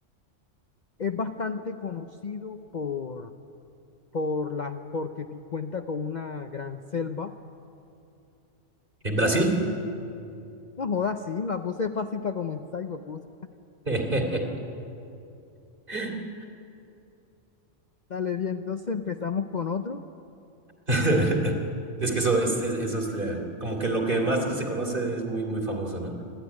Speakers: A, on the left; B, on the right.
A: es bastante conocido por, por la, porque ti- cuenta con una gran selva.
B: ¿Eh, ¿Brasil?
A: No jodas, sí, la puse fácil para comenzar y pues puse.
B: <laughs> Sí,
A: Dale, bien, entonces empezamos con otro.
B: <laughs> Es que eso es, es- eso es la- como que lo que más que se conoce es muy, muy famoso, ¿no?